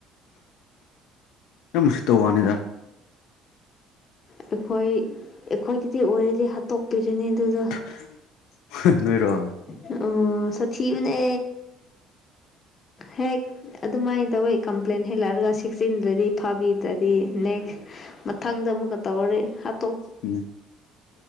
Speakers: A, on the left (about 85°); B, on the left (about 40°).
A: ꯌꯥꯝ ꯎꯁꯤꯠꯇꯥ ꯋꯥꯅꯤꯗꯥ
B: ꯑꯩꯈꯣꯏ ꯑꯩꯈꯣꯏꯗꯥꯗꯤ ꯑꯣꯏꯔꯗꯤ ꯍꯥꯠꯇꯣꯛꯄꯤꯔꯅꯤ ꯑꯗꯨꯗꯣ
A: <unintelligible> ꯅꯣꯏꯔꯣ
B: ꯍꯥꯑꯣ ꯁꯥꯊꯤꯕꯅꯦ ꯍꯦꯛ ꯑꯗꯨꯃꯥꯏꯟ ꯇꯧꯋꯦ ꯀꯝꯄ꯭ꯂꯦꯟ ꯍꯦꯜꯂꯔꯥꯒ ꯁꯤꯛꯁ ꯆꯤꯟꯗ꯭ꯔꯥꯗꯤ ꯐꯥꯕꯤꯗ꯭ꯔꯥꯗꯤ ꯅꯦꯛꯁ ꯃꯊꯪꯗ ꯑꯃꯨꯛꯀꯥ ꯇꯧꯔꯗꯤ ꯍꯞ
A: ꯎꯝ